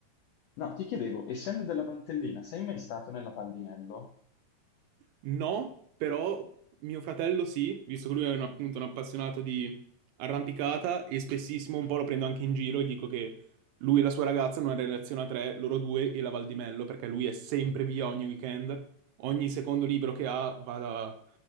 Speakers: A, on the left; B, on the right.
A: no, ti chiedevo, essendo della Valtellina, sei mai stato nella Val di Mello?
B: No, però mio fratello sì, visto che lui è un, appunto un appassionato di arrampicata e spessissimo un po' lo prendo anche in giro e dico che lui e la sua ragazza hanno una relazione a tre, loro due e la Val di Mello, perché lui è sempre via ogni weekend, ogni secondo libro che ha va, da-